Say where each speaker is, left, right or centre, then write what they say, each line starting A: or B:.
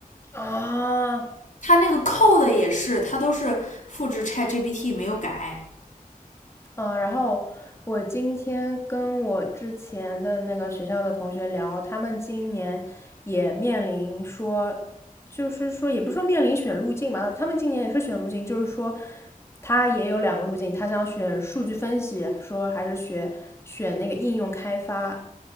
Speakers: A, on the left; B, on the left.
A: 啊！
B: 它那个 code 也是，它都是复制 ChatGPT 没有改。
A: 嗯，然后我今天跟我之前的那个学校的同学聊，他们今年也面临说，就是说也不是说面临选路径嘛，他们今年也是选路径，就是说他也有两个路径，他想选数据分析，说还是学选那个应用开发，